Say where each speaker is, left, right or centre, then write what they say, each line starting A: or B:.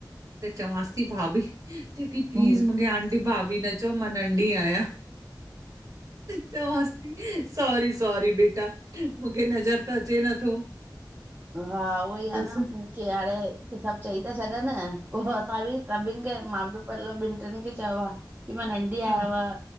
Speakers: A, on the right; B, on the right.
A: त चंवास ती भाभी चेती प्लीज़
B: हम्म
A: मूंखे आंटी भाभी न चओ मां नंढी आहियां। चवास ती सॉरी सॉरी बेटा। मूंखे नज़र त अचे नथो।
B: हा उहोई
A: बसि
B: आ न पो। की हाणे सब चई त छॾन पो असां बि सभिन खे मां बि मतलब टिन खे चवां कि मां नंढी
A: हा,
B: अयाव